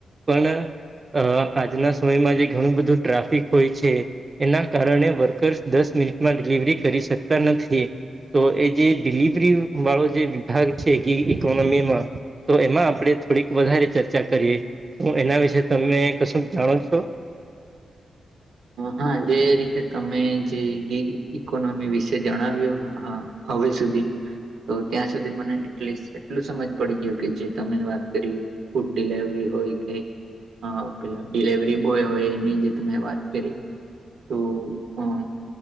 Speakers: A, on the right (about 35°); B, on the right (about 85°).
A: પણ અ આજના સમયમાં જે ઘણું બધું ટ્રાફિક હોય છે એના કારણે વર્કર્સ દસ મિનિટમાં ડિલિવરી કરી શકતા નથી તો એ જે ડિલિવરી વાળો જે વિભાગ છે કે કોનોમીમાં તો એમાં આપડે થોડીક વધારે ચર્ચા કરીએ હું એના વિશે તમે કશું જાણો છો?
B: હા જે રીતે તમે જે ગીગ ઈકોનોમી વિશે જણાવ્યું હા હવે સુધી તો ત્યાં સુધી મને એટલીસ્ટ એટલું સમજ પડી ગયું કે જે તમે વાત કરી ફૂડ ડિલેવરી હોય કે પેલા ડિલેવરી બોય હોય એની જે તમે વાત કરી તો અ